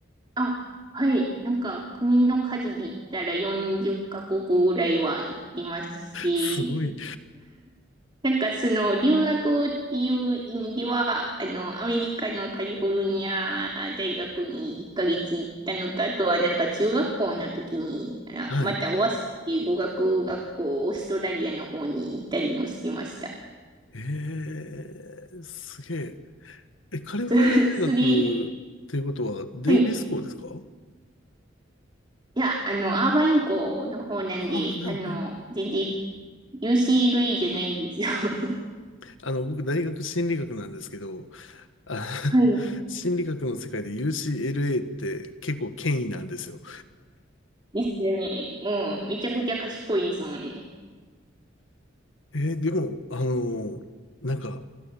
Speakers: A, on the right; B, on the left.
A: あ、はい。なんか、国の数で言ったら40カ国ぐらいは行ってまして、
B: すごい。
A: なんかその留学っていう意味では、あの、アメリカのカリフォルニア大学に1ヶ月行ったのと、あとはなんか中学校の時に、あまたオアスっていう語学学校、
B: はい。
A: オーストラリアの方に行ったりもしてました。
B: えー、すげえ。え、カリフォルニア大学ということは、
A: そ <laughs> それ、
B: デイビス校ですか
A: はい。いや、あの、アーバイン校の方なんで、
B: ああなるほど。
A: あの、全然 UCLA じゃないんですよ。<laughs>
B: あの、僕、大学心理学なんですけど、あ、
A: はい。
B: <laughs> 心理学の世界で UCLA って結構権威なんですよ。
A: ですよね。もう、めちゃくちゃ賢いですもんね。
B: えーでも、あのなんか、